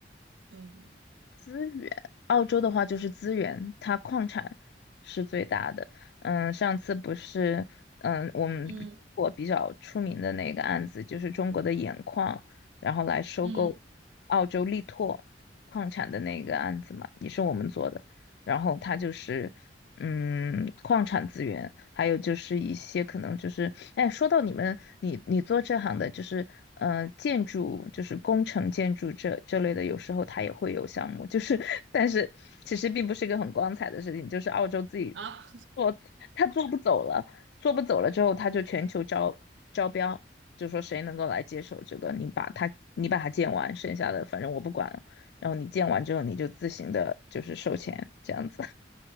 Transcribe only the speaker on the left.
资源，澳洲的话就是资源，它矿产是最大的，嗯，上次不是，嗯，我们我比较出名的那个案子就是中国的盐矿，
然后来收购澳洲力拓矿产的那个案子嘛，
也是我们做的。然后它就是嗯矿产资源，还有就是一些可能就是哎，说到你们你你做这行的，就是呃建筑就是工程建筑这这类的，有时候它也会有项目，就是 <laughs> 但是其实并不是一个很光彩的事情，就是澳洲自己
做他做不走了，做不走了之后，他就全球招招标，就说谁能够来接手这个，你把它你把它建完，剩下的反正我不管了。然后你建完之后，你就自行的，就是收钱这样子。